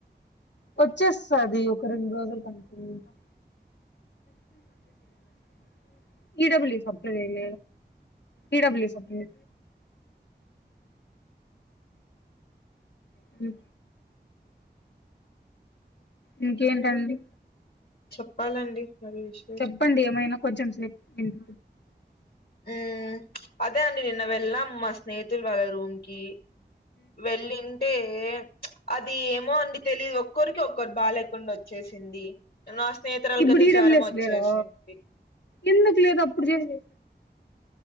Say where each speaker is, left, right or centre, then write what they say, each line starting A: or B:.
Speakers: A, on the left; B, on the left.
A: వచ్చేస్తాది ఒక రెండు రోజుల అనుకుంటా క చేయ మచ్చడి <unintelligible> ఇడబ్ల్యూ అప్ల చేయలే ఇడబ్ల్యూస్ప్ల అప్లై అవునా ఇంకేంటండి
B: చెప్పాలండి మరి విషయం
A: చెప్పండి ఏమైనా కొంచెం సేపు వింట
B: ఉమ్ అదే అండి నిన్న వెళ్ళాము స్నేహితుల వాళ్ళ రూమ్ కి వెళ్లింగ్ అంటే అది ఏమో అండి తెలిదు ఒక్కొరికి ఒక్కటి బాగా లేకుండా వచ్చేసింది నా స్నేహితురాలకయితే
A: ఇప్పుడు ఈడబ్ల్యూఎస్
B: జ్వరం వచ్చేసింది
A: లేదా ఎందుకు లేదు అప్పుడు చేప్పి